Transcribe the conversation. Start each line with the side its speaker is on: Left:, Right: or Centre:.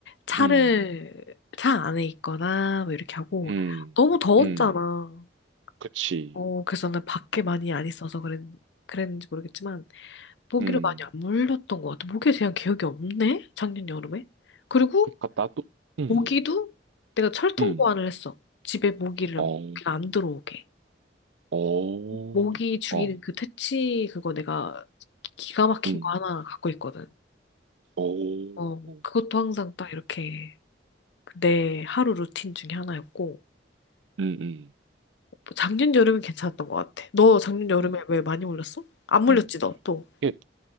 Left: 차를
Right: 음.
Left: 차 안에 있거나 뭐 이렇게 하고
Right: 음,
Left: 너무 더웠잖아.
Right: 음, 그치.
Left: 어, 그래서 나는 밖에 많이 안 있어서 그랬, 그랬는지 모르겠지만 모기를
Right: 음,
Left: 많이 안 물렸던 것 같아. 모기에 대한 기억이 없네. 작년 여름에. 그리고
Right: 그니까 나도, 음,
Left: 모기도 내가 철통
Right: 음,
Left: 보완을 했어. 집에 모기를
Right: 어,
Left: 모기가 안 들어오게.
Right: 어,
Left: 모기 죽이는
Right: 어,
Left: 그 퇴치 그거 내가 기가 막힌
Right: 음,
Left: 거 하나 갖고 있거든.
Right: 어,
Left: 어,
Right: 음,
Left: 그것도 항상 딱 이렇게 내 하루 루틴 중에 하나였고,
Right: 음, 음,
Left: 뭐 작년 여름은 괜찮았던 것 같아. 너 작년 여름에
Right: 음.
Left: 왜 많이 물렸어? 안 물렸지,
Right: 음.
Left: 너 또.
Right: 이게